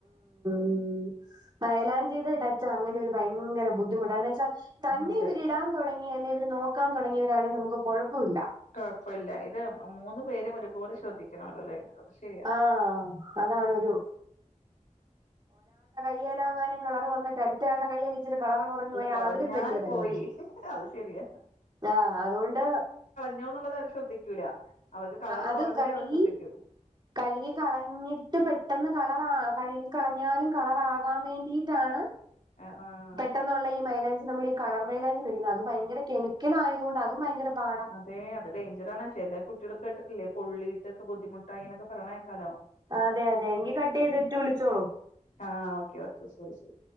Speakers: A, on the right; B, on the left.
A: ഉം മയലാഞ്ചിയുടെ ടച്ച അങ്ങനെ ഒരു ഭയങ്കര ബുദ്ധിമുട്ടാ അതിന്നച്ച തന്നെ
B: അതെ
A: ഇവരിടാ തുടങ്ങി അല്ലെങ്കി ഇവര് നോക്കാൻ തുടങ്ങിയവരാണങ്കി നമുക്ക്‌ കുഴപ്പല്ല
B: കുഴപ്പില്ല ഇത് മൂന്നു പേരും ഒരുപോലെ ചോദ്ദിക്കും ണല്ലല്ലേ അത് ശരിയാ
A: ആഹ് അതാണൊരു യ്യേ ലാങ്ങാനും കളർ വന്നിട്ട് അടു മറ്റാടെ കയ്യേൽ ഇച്ചിരി കളർ കുറഞ്ഞു പോയാൽ
B: കുറഞ്ഞാൽ
A: അത് അതിലും വല്യ തലവേദന
B: പോയി അത് ശരിയാ
A: ആഹ് അതോണ്ട്
B: റ്റൊ എന്നുള്ളത് അവർ ശ്രദ്ധിക്കൂല അവർക്ക് കളർ
A: അത്
B: കുറഞ്ഞതേ
A: കഴുകി
B: അവർ ശ്രദ്ധിക്കൂ
A: കഴുകി കളഞ്ഞിട്ട് പെട്ടെന്ന് കളറാ കഴുകി കളഞ്ഞാലും കളറാകാൻ വേണ്ടി ട്ടാണ്
B: ആഹ് ആഹ്
A: പെട്ടെന്നുള്ള ഈ മൈലാഞ്ച് നമ്മൾ ഈ കളർ മൈലാഞ്ചി ഇടുന്നത് അത് ഭയങ്കര കെമിക്കൽ ആയത കൊണ്ട് അതും ഭയങ്കര പാടാ
B: അതെ അത് ഡേഞ്ചറണ ചില കുട്ടികൾ കേിട്ടില്ലേ പൊള്ളിറ്റൊക്കെ ബുദ്ധിമുട്ടായിങ്ങനൊക്കെ പറണേക്കാലോ
A: അതെ അതെ എങ്കി കട്ട് ചെയ്തിട്ട് വിളിച്ചോളൂ
B: ആഹ് ഓക്കെ ഓക്കെ ശരി ശരി